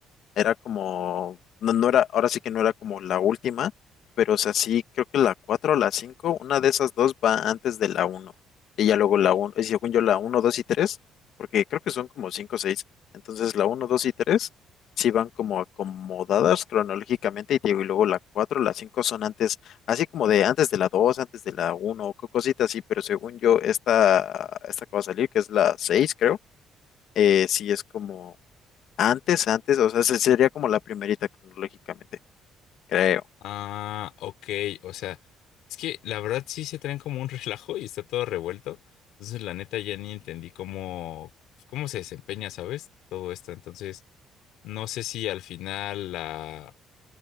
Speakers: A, on the left; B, on the left.
A: Era como, no, no era, ahora sí que no era como la última, pero o sea, sí, creo que la 4 o la cinco una de esas dos va antes de la uno Y ya luego la uno y según yo la uno 2 y tres porque creo que son como 5 o 6. Entonces la uno 2 y 3 sí van como acomodadas cronológicamente y, te digo, y luego la 4 la 5 son antes, así como de antes de la 2 antes de la uno co- cositas así, pero según yo esta, esta que va a salir, que es la 6 creo, eh, sí es como... Antes, antes, o sea, se- sería como la primerita cronológicamente, creo.
B: Ah, ok, o sea, es que la verdad sí se traen como un <laughs> relajo y está todo revuelto. Entonces, la neta ya ni entendí cómo, pues, cómo se desempeña, ¿sabes? Todo esto. Entonces, no sé si al final la,